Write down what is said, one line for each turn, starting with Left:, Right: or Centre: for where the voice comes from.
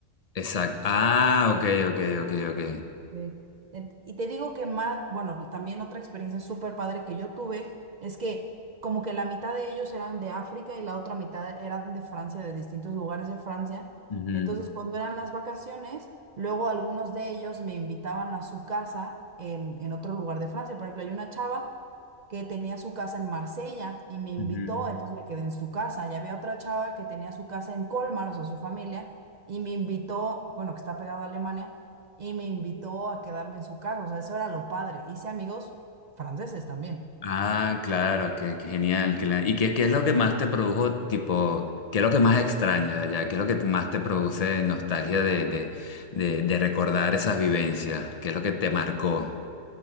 Left: Exacto. Ah, ok, ok, ok, ok.
Right: Sí. En- Y te digo que más, bueno, y también otra experiencia súper padre que yo tuve es que como que la mitad de ellos eran de África y la otra mitad eran de Francia, de distintos lugares de Francia.
Left: Ujú,
Right: Entonces, cuando eran las vacaciones, luego algunos de ellos me invitaban a su casa en, en otro lugar de Francia. Por ejemplo, hay una chava que tenía su casa en Marsella y me invitó,
Left: ujú.
Right: entonces me quedé en su casa. Y había otra chava que tenía su casa en Colmar, o sea, su familia, y me invitó, bueno, que está pegado a Alemania y me invitó a quedarme en su casa, o sea, eso era lo padre. Hice amigos franceses también.
Left: Ah, claro, qué, qué genial. qué la- ¿Y qué, qué es lo que más te produjo, tipo, qué es lo que más extraña de allá? ¿Qué es lo que más te produce nostalgia de, de, de, de recordar esas vivencias? ¿Qué es lo que te marcó?